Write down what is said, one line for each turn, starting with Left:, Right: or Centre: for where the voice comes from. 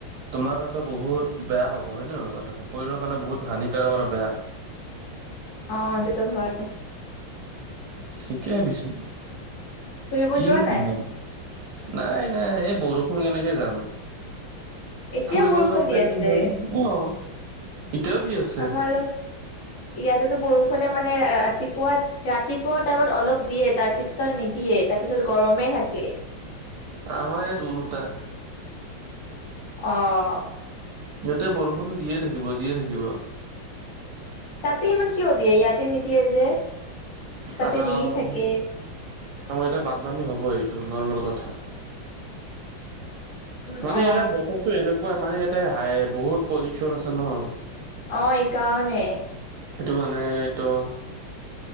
Right: তোমাৰ কাৰণেটো বহুত বেয়া হ'- ব। হয়, নহয় কথাটো? শৰীৰৰ কাৰণে বহুত হানিকাৰক আৰু বেয়া।
Left: অঁ, সেইটো টো হয়।
Right: ঠিকে, পিছে
Left: ফুৰিব
Right: কিনো
Left: যোৱা
Right: কম
Left: নাই
Right: মানে! নাই -নাই এই বৰষুণ কেনেকে যাম!
Left: এতিয়া
Right: ফুৰিব
Left: বৰষুণ
Right: যোৱা প্লেনিং
Left: দি আছে।
Right: হয়। অঁ, এতিয়াও দি আছোঁ।
Left: আমাৰ ইয়াতেটো বৰষুণে মানে ৰাতিপুৱা- ৰাতিপুৱা টাইমত অলপ দিয়ে তাৰপিছত আৰু নিদিয়ে, তাৰপিছত গৰমেই থাকে।
Right: আমাৰ ইয়াত ওলোটা।
Left: অঁ।
Right: ইয়াতে বৰষুণ দিয়ে থাকিব, দিয়ে থাকিব।
Left: তাতে ইমান কিয় দিয়ে? ইয়াতে নিদিয়ে যে, তাতে
Right: কাৰণ
Left: দিয়ে থাকে!
Right: আমাৰ ইয়াতে বানপানী হ'ব, এইটো নৰ্মেল কথা।
Left: উম
Right: মানে
Left: অ
Right: ইয়াতে বতৰো এনেকুৱা মানে ইয়াতে হাই বহুত পলিউচন আছে ন।
Left: অঁ, এই কাৰণে।
Right: সেইটো মানে এইটো-